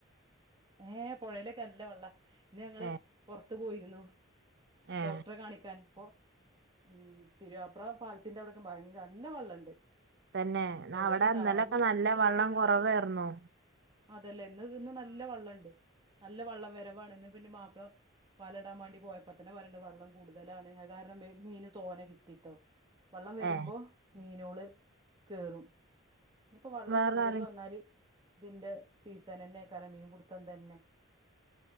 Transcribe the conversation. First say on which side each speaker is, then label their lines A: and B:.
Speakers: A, on the right; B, on the right.
A: ഏഹ് പൊഴേലൊക്കെ നല്ല വെള്ളാ ഇന്ന് ഞങ്ങള്
B: ഏഹ്
A: പൊറത്ത് പോയിരുന്നു
B: ഏഹ്
A: ഡോക്ടറെ കാണിക്കാന് അപ്പം ഉം തിരുവാപ്ര പാലത്തിന്റെ അവിടെക്ക് ഭയങ്ക നല്ല വെള്ളണ്ട്
B: തന്നെ ന്ന
A: എവിടേലും
B: അവിടെ ഇന്നലൊക്കെ
A: ഡാം
B: നല്ല
A: ഇതാക്കിയതാ
B: വള്ളം കുറവേർന്നു.
A: അതല്ലേ ഇന്ന് ഇന്ന് നല്ല വള്ളംണ്ട് നല്ല വള്ളം വരവാണ് ഇന്ന് പിന്നെ മാപ്പള വലടാൻ വേണ്ടി പോയപ്പോ തന്നെ പറയണ്ട്‌ വെള്ളം കൂടുതലാണ് അത് കാരണംബേ മീന് തോനെ കിട്ടിട്ടൊ. വള്ളം വരുമ്പോ
B: ഏഹ്
A: മീനോള് കേറും ഇനി ഇപ്പൊ വള്ളം
B: വേറെ
A: കൂടുതൽ
B: ആരെ
A: വന്നാല് ഇതിന്റെ സീസനെനെ. ക്കാരൻ മീൻപുടുത്തം തന്നെ.